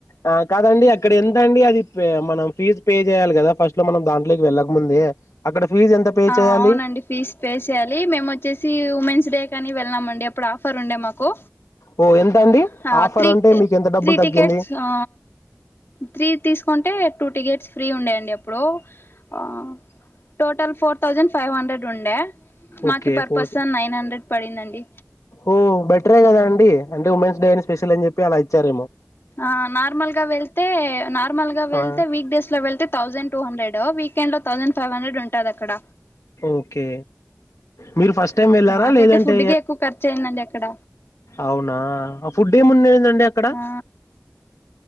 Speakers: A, on the left (about 85°); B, on the left (about 50°).
A: ఆ కాదండి అక్కడ ఎంతండి అది పె మనం ఫీజ్ పే చేయాలి కదా ఫస్ట్ లో మనం దాంట్లోకి వెళ్ళకముందే అక్కడ ఫీజు ఎంత పే
B: ఆ
A: చేయాలి
B: అవునండి ఫీజ్ పే చేయాలి మేము వచ్చేసి ఉమెన్స్ డే కనీ వెళ్ళామండి అప్పుడు ఆఫర్ ఉండే మాకు
A: ఓ ఎంత అండి
B: హ
A: ఆఫర్
B: త్రీ
A: అంటే మీకు ఎంత డబ్బులు
B: త్రీ
A: తగ్గింది
B: టికెట్స్ ఆ త్రీ తీసుకుంటే టూ టికెట్స్ ఫ్రీ ఉండేయండి అప్పుడు ఆ total four thousand five hundred ఉండే మాకి
A: okay
B: per
A: four
B: person nine hundred పడిందండి
A: ఓ బెటరే కదా అండి అంటే ఉమెన్స్ డే అని స్పెషల్ అని జెప్పి అలా ఇచ్చారెమో
B: ఆ నార్మల్ గా వెళ్తే నార్మల్ గా వెళ్తే
A: ఆ
B: వీక్ డేస్ లో వెళ్తే థౌజండ్ టూ హండ్రెడ్ వీకెండ్ లో థౌజండ్ ఫైవ్ హండ్రె డుంటాది అక్కడ
A: ఓకే మీరు ఫస్ట్ టైం వెళ్ళారా
B: మాకైతే
A: లేదంటే
B: ఫుడ్ కే ఎక్కువ ఖర్చు అయిందండి అక్కడ
A: అవునా ఆ ఫుడ్ ఏముండేదండి అక్కడ
B: ఆ